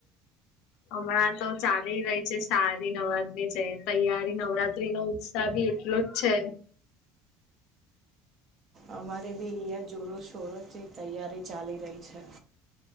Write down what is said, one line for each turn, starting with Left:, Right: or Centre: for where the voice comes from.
Left: હમણાં તો ચાલી રહી છે સારી નવરાત્રી છે તૈયારી નવરાત્રીનો ઉત સાહ બી એટલો જ છે
Right: અમારે બી અહિયાં જોરો શોરોથી તૈયારી ચાલી રહી છે.